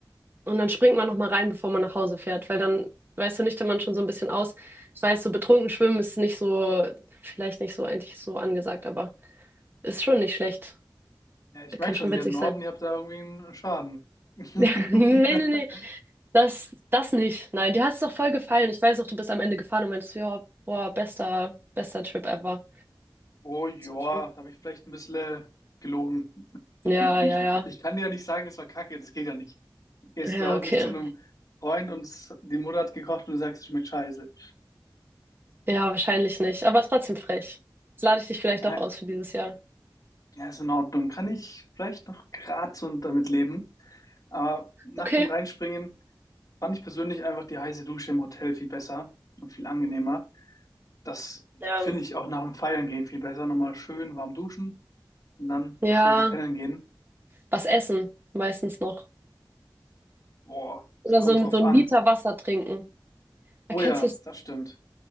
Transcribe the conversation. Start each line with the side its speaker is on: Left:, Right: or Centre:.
Right: und dann springt man nochmal rein, bevor man nach Hause fährt, weil dann, weißt du, nüchtern man schon so ein bisschen aus. Ich weiß, so betrunken schwimmen ist nicht so, vielleicht nicht so eigentlich so angesagt, aber ist schon nicht schlecht.
Left: Ja, ich merke
Right: Kann schon
Left: schon, hier
Right: witzig
Left: im Norden,
Right: sein.
Left: ihr
Right: <laughs>
Left: habt da irgendwie einen Schaden. <laughs>
Right: Nee, nee, nee. Das, das nicht. Nein, dir hat es doch voll gefallen. Ich weiß auch, du bist am Ende gefahren und meinst, ja, boah, bester, bester Trip ever.
Left: Oh ja,
Right: Das war schon.
Left: da habe ich vielleicht ein bisschen äh, gelogen. <laughs>
Right: Ja, ja, ja.
Left: Ich kann dir ja nicht sagen, es war Kacke, das geht ja nicht. Du gehst
Right: Ja,
Left: ja auch
Right: okay.
Left: nicht zu einem Freund und s- die Mutter hat gekocht und du sagst, es schmeckt scheiße.
Right: Ja, wahrscheinlich nicht. Aber trotzdem frech. Jetzt lade ich dich vielleicht
Left: Na,
Right: doch aus für dieses Jahr.
Left: ja, ist in Ordnung. Kann ich vielleicht noch grad so damit leben. Aber nach
Right: Okay.
Left: dem Reinspringen fand ich persönlich einfach die heiße Dusche im Hotel viel besser und viel angenehmer. Das
Right: Ja.
Left: finde ich auch nach dem Feiern gehen viel besser. Nochmal schön warm duschen und dann
Right: Ja,
Left: schön pennen gehen.
Right: was essen meistens noch.
Left: Boah,
Right: Oder
Left: es kommt
Right: so ein,
Left: drauf
Right: so ein
Left: an.
Right: Liter Wasser trinken. Erkennst
Left: Oh ja,
Right: du es?
Left: das stimmt.